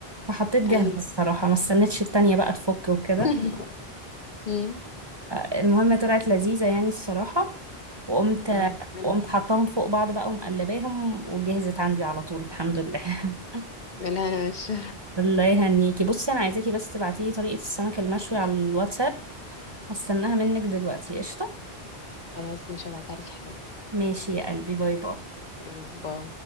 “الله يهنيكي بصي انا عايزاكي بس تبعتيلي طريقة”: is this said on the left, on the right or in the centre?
Right